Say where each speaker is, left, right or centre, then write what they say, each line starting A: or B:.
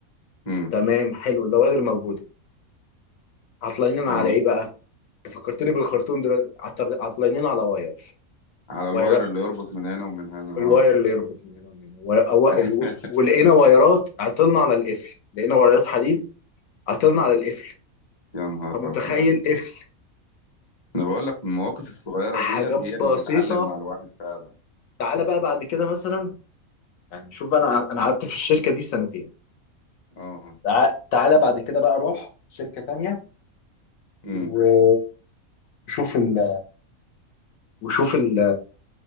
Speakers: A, on the left; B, on the left.
A: امم
B: تمام حلو اللوادر موجوده عطلانين
A: اه
B: على ايه بقى؟ انت فكرتني بالخرطوم دلوقتي عطر- عطلانين على واير
A: على الواير
B: واير
A: اللي يربط من هنا ومن هنا اه
B: الواير اللي يربط من هنا ومن هنا و- أو- أو-
A: <laughs>
B: ولقينا وايرات عطلنا على القفل لقينا وايرات حديد عطلنا على القفل
A: يا نهار
B: فمتخيل
A: ابيض
B: قفل
A: انا بقول لك المواقف الصغيره
B: بحاجات
A: ديت
B: بسيطه
A: هي اللي بتعلم مع الواحد فعلا
B: تعالى بقى بعد كده مثلا يعني شوف انا انا قعدت في الشركه دي سنتين
A: اه
B: تع- تعالى بعد كده بقى روح شركه تانية
A: امم
B: وشوف ال... وشوف ال...